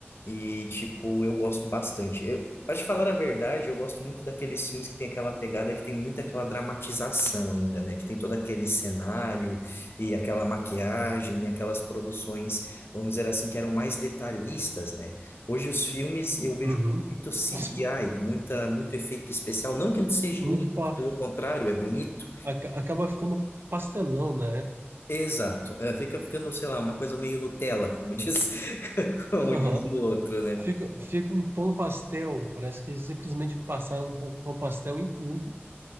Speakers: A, on the left; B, on the right.
A: E, tipo, eu gosto bastante. Eu, pra te falar a verdade, eu gosto muito daqueles filmes que tem aquela pegada que tem muito aquela dramatização ainda, né? Que tem todo aquele cenário e aquela maquiagem, e aquelas produções, vamos dizer assim, que eram mais detalhistas, né? Hoje os filmes eu vejo
B: Uhum.
A: muito CGI,
B: Isso,
A: muita, muito efeito especial. Não que ele seja
B: Muito
A: ruim,
B: pa...
A: muito pelo contrário, é bonito.
B: aca- acaba ficando pastelão, né?
A: Exato. É, fica ficando, sei lá, uma coisa meio Nutella, como diz, <laughs> como
B: Aham.
A: diz o outro, né?
B: Fica, fica um tom pastel. Parece que simplesmente passaram um pom- tom pastel em tudo